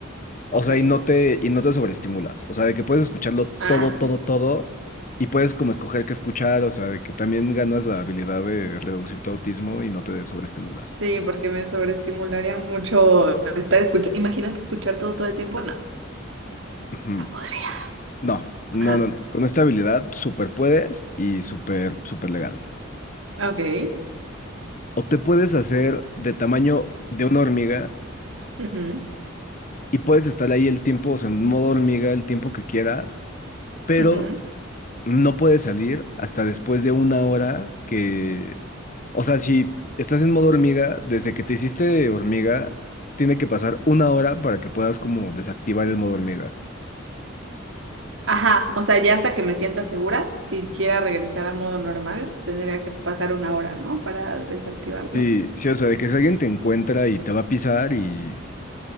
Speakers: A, on the left (about 40°); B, on the right (about 80°).
A: O
B: Ok.
A: sea, y no te, y no te sobreestimulas. O sea, de que puedes escucharlo
B: Ah.
A: todo, todo, todo, y puedes como escoger qué escuchar, o sea, de que también ganas la habilidad de reducir tu autismo y no te sobreestimulas.
B: Sí, porque me sobreestimularía mucho estar escuchando. Imagínate escuchar todo todo el tiempo, no,
A: Ujú.
B: no podría.
A: No, no,
B: Ajá,
A: no, no. Con esta habilidad súper puedes y súper, súper legal.
B: ok.
A: O te puedes hacer de tamaño de una hormiga
B: ujú,
A: y puedes estar ahí el tiempo, o sea, en modo hormiga el tiempo que quieras, pero
B: ujú.
A: no puedes salir hasta después de una hora que, o sea, si estás en modo hormiga, desde que te hiciste hormiga, tiene que pasar una hora para que puedas como desactivar el modo hormiga.
B: Ajá, o sea, ya hasta que me sienta segura y quiera regresar a modo normal, tendría que pasar una hora, ¿no? Para desactivarlo.
A: Sí, sí, o sea, de que si alguien te encuentra y te va a pisar y